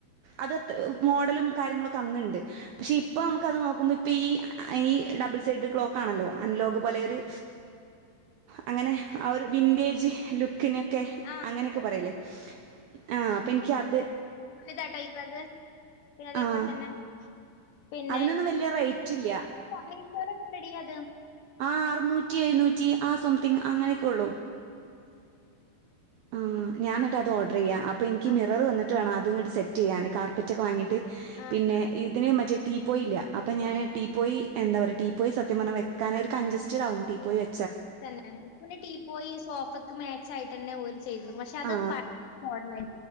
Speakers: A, on the right (about 70°); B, on the left (about 75°).
A: അതത്ര മോഡലും കാര്യങ്ങളൊക്കെ അന്ന്ണ്ട് പക്ഷെ ഇപ്പോ നമ്മുക്കത് നോക്കുമ്പോ ഇ ഈ ഈ ഡബിൾ സൈഡ് ക്ലോക്ക ആണല്ലോ ലോക് പോലൊരു അങ്ങനെ അ ഒരു വിന്റെജ് ലുക്ക്‌ നെ ക്കെ
B: ആഹ്
A: അങ്ങനെയൊക്കെ
B: സത്യം
A: പറീലെ ആ അപ്പൊ ഇൻക്യാത്
B: താട്ടായിക്കത് പിന്നെ അതേപോലെ
A: ആ
B: തന്നെ പിന്നെ
A: അതിനൊന്നും വലിയ റേറ്റ് ഇല്ല
B: <inaudible> മീ ഷോലെക്കെണ്ടത്
A: ആ അറുന്നൂറ്റി എഴുന്നൂറ്റി ആ സംതിങ് അങ്ങനെയൊക്കെ ഉള്ളൂ ആ ഞാ എന്നിട്ട്ത് ഓഡർ ചെയ്യാ അപ്പൊ ഇനിക്ക്
B: ആ
A: മിറർ വന്നിട്ട് വേണം അതങ്ങട്ട് സെറ്റ് ചെയ്യാന് കാർപ്പറ്റ ഒക്കെ വാങ്ങിട്ട്
B: ആഹ്
A: പിന്നെ ഇതിനെ മറ്റേ ടീ പോയില്ല അപ്പം ഞാൻ ടീ പോയി എന്താ പറയുക ടീ പോയി സത്യംഞ്ഞാൽ വെക്കാനൻ ഒരു കൺഞ്സ്റ്റഡ്കും ടീ പോയി വെ
B: തന്നെ ഇന്നെ ടീ പോയി സോഫക്ക് മാച്ച ആയിട്ട് തന്നെ ഒരു ചെയ്തു പക്ഷെ അത്
A: ആ
B: <unintelligible> മൊ ഡല